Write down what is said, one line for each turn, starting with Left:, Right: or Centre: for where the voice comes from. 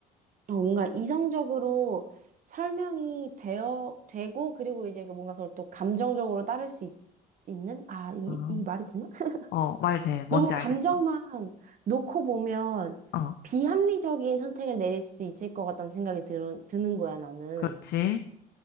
Right: 어, 뭔가 이성적으로 설명이 되어, 되고, 그리고 이제 그 뭔가 그걸 또 감정적으로 따를 수 있, 는 아, 이,
Left: 아,
Right: 이게 말이 되나? <laughs>
Left: 어, 어, 말 돼. 뭔지
Right: 너무
Left: 알겠어.
Right: 감정만 놓고 보면
Left: 어,
Right: 비합리적인 선택을 내릴 수도 있을 것 같다는 생각이 드, 드는 거야, 나는.
Left: 그렇지.